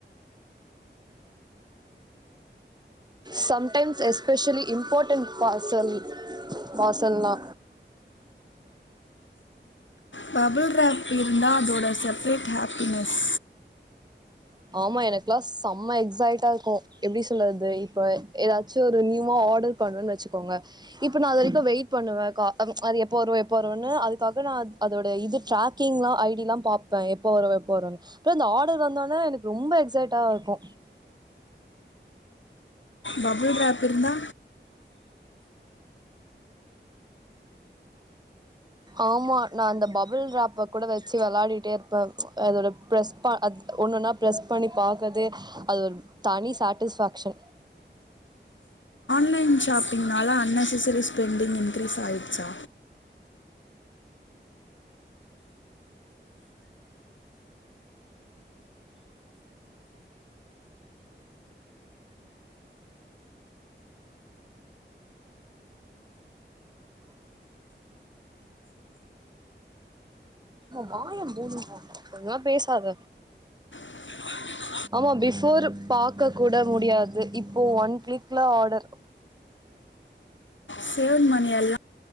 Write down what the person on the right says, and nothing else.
சம்டைம்ஸ் எஸ்பெஷலி இம்பாட்டன்ட் பார்சல் பார்சல்னா
ஆமா எனக்குலா செம்ம எக்ஸைட்டா இர்க்கு எப்டி சொல்லற்து இப்ப எதாச்சு ஒரு நியூவா ஆடர் பண்ணன் வெச்சுக்கோங்க இப்ப நா அது வரைக்கு வெய்ட் பண்ணுவ கா அம் அது எப்போ வரு எப்ப வருன்னு அதுக்காக நா அத் அதோட இது ட்ராக் கிங்லா ஐடில்லா பாப்ப எப்ப வரு எப்ப வருன்னு அப்ப அந்த ஆடர் வந்தோன்னே எனக் ரொம்ப எக்ஸைட்டா இர்க்கு
ஆமா நா அந்த பபுள் ராப்ப கூட வெச்சு வெளாடிட்டே இர்ப்பே அதோட ப்ரெஸ் பா அத் ஒன்னொன்னா ப்ரெஸ் பண்ணி பாக்கற்து அது ஒரு தனி சாட்டிஸ்ஃபேக்ஷன்
வாயம் போணும் கொஞ்சல்லாம் பேசாத
ஆமா பிஃபோர் பாக்க கூட முடியாது இப்போ ஒன் க்ளிக்ல ஆடர்